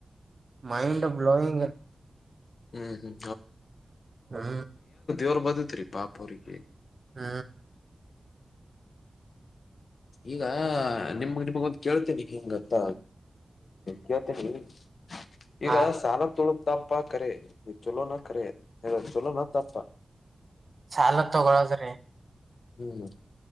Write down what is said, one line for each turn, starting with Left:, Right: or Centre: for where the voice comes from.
Right: ಮೈಂಡ್ ಬ್ಲೋಿಂಗ್
Left: ಹ್ಮ್ ಹ್ಮ್
Right: ಹ್ಮ
Left: ವರು ಬದುತ್ೀ ಪಾಪ ಅವ್ರಿಗೆ
Right: ಹ್ಮ್
Left: ಈಗ ನಿಮ್ ಕೇಳ್ತೇನಿ ಹಿಂಗತ್ತ ಕೇಳ್ತೇನಿ
Right: ಹ
Left: ಈಗ ಸಾಲ ತೊಳ ತಾಪ್ಪಾೇ ಚಲೋ ನ ಕೇ ಚಲೋ ನ ತಾಪ್ಪಾ
Right: ಸಾಲ ತಗೊಳೋದ್ರಿ
Left: ಹ್ಮ್್ಮ